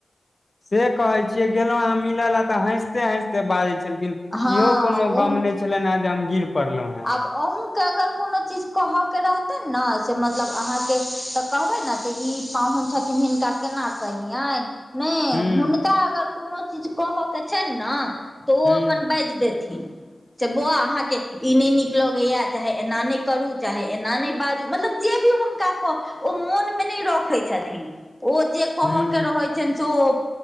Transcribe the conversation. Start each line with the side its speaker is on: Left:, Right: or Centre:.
Left: से कहे छियै गेलहुं हम मिले ला तऽ हैसंते हैसंते बाजै छलखि लेकिन
Centre: हँ
Left: इहो कोनो
Centre: हँ ओ
Left: गम नहि छलनि हे जे हम गिर पड़लहुं हे
Centre: अहूँ के अगर कोनो चीज कहऽ के रहतै ने से मतलब अहाँ के तऽ कहबै ने से ई पाहुन छथिन हिनका केना कहियनि नहि
Left: हूँ
Centre: हुनका अगर कोनो चीज कहऽ के छनि ने तऽ ओ
Left: हूँ
Centre: अपन बाजि देथिन से बौआ अहाँ के ई नहि नीक लगैया चाहे एना नहि करू चाहे एना नहि बाजू मतलब जे भी हुनका कह ओ मोन मे नहि रखै छथिन ओ जे के
Left: हूँ
Centre: रहै छै से ओ